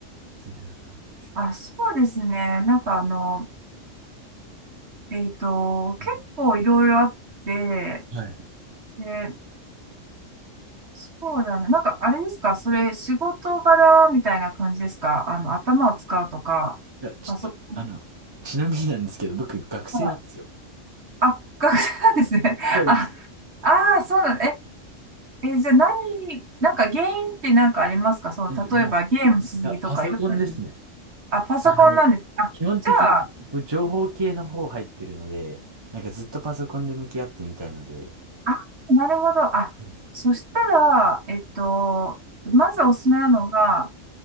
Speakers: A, on the right; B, on the right.
A: 全然わかんないんですけど。
B: あ、そうですね。なんかあの、えっと、結構いろいろあって、
A: うんはい。い
B: で、そうだね。なんかあれですかそれ、仕事柄みたいな感じですかあの、頭を使うとか、
A: や、ちょっと、
B: パソコン。
A: あの、ちなみになんですけど、僕、学生なんですよ。
B: はい。あ、学生なんですね。<laughs>
A: そうです。
B: あ、ああ、そうなんだ。え、え、じゃあ何、なんか原因ってなんかありますかその、
A: なんで、もう、
B: 例えばゲームしすぎとかいろいろあるの。
A: いや、パソコンですね。
B: あ、パソコンなんです。
A: あの、
B: あ、
A: 基本的にぶ情報系の方入ってるので、
B: じゃあ、
A: なんかずっとパソコンで向き合ってみたいので。
B: あ、なるほど。あ、
A: です
B: そしたら、えっと、まずおすすめなのが、